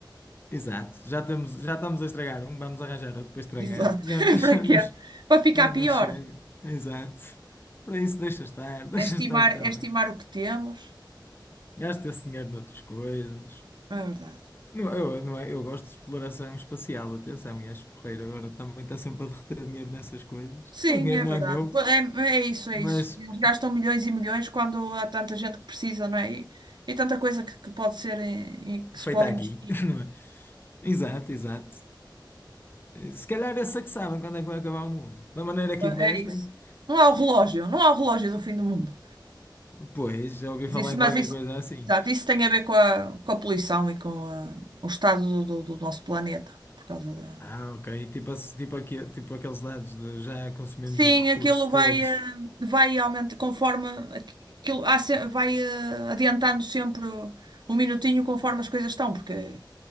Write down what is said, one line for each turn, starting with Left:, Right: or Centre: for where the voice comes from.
Left: Exato, já estamos, já estamos a estragar um, vamos arranjar outro para estragar.
Right: Exato.
Left: Já,
Right: <laughs>
Left: <laughs>
Right: Para
Left: já
Right: quê?
Left: nos,
Right: Para ficar
Left: já
Right: pior.
Left: não chega. Exato. Para isso deixa estar, <laughs> deixa
Right: É estimar,
Left: estar o que está
Right: é
Left: bem.
Right: estimar o que temos.
Left: Gasta esse dinheiro noutras coisas.
Right: É verdade.
Left: Não, eu, não é, eu gosto de exploração espacial, atenção, e acho porreiro. Agora também está sempre a derreter dinheiro nessas coisas.
Right: Sim,
Left: O dinheiro
Right: é
Left: não
Right: verdade.
Left: é meu,
Right: Pô, É, é isso, é
Left: mas
Right: isso. Eles gastam milhões e milhões quando há tanta gente que precisa, não é? E, e tanta coisa que, que pode ser em, em que
Left: feito
Right: se pode
Left: aqui,
Right: investir.
Left: <laughs> não é? Exato, exato. Se calhar esses é que sabem quando é que vai acabar o mundo. Da maneira que
Right: É
Left: investem,
Right: é isso. Não há o relógio, não há o relógio do fim do mundo.
Left: pois, já ouvi
Right: Mas
Left: falar
Right: isso,
Left: em
Right: mas
Left: qualquer
Right: isso,
Left: coisa assim.
Right: exato, isso tem a ver com a, com a poluição e com a- o estado do, do- do nosso planeta, por causa da...
Left: Ah, ok. Tipo, ass- tipo, aqui, tipo aqueles dados de já consumimos
Right: Sim,
Left: os recursos
Right: aquilo
Left: todos.
Right: vai, eh, vai aumentando conforme... aqui- Aquilo, há se- vai eh, adiantando sempre um minutinho conforme as coisas estão, porque...